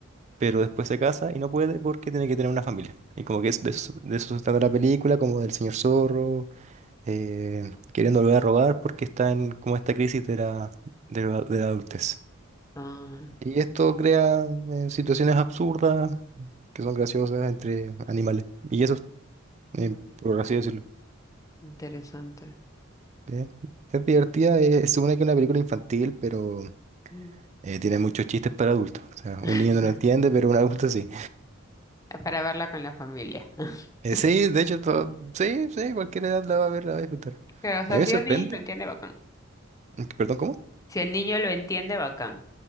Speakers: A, on the right; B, on the left.
A: Pero después se casa y no puede porque tiene que tener una familia. Y como que es de, eso, de eso se trata la película, como del señor zorro, eh, queriendo volver a robar porque está en como esta crisis de la, de la, de la adultez.
B: Ah,
A: Y esto crea eh, situaciones absurdas que son graciosas entre animales. Y eso eh,
B: mm,
A: por así decirlo.
B: interesante.
A: Eh, es divertida, eh, se supone que es una película infantil, pero
B: Mm.
A: eh, tiene muchos chistes para adultos. O sea,
B: <laughs>
A: un niño no lo entiende, pero un adulto sí.
B: Para verla con la familia. <laughs>
A: Eh, sí, de hecho, todo, sí, sí, cualquier edad la va a ver, la va a disfrutar.
B: Pero, o sea,
A: A mí me
B: si
A: sorprende.
B: un niño lo entiende, bacán.
A: Mm, Perdón, ¿cómo?
B: Si el niño lo entiende, bacán.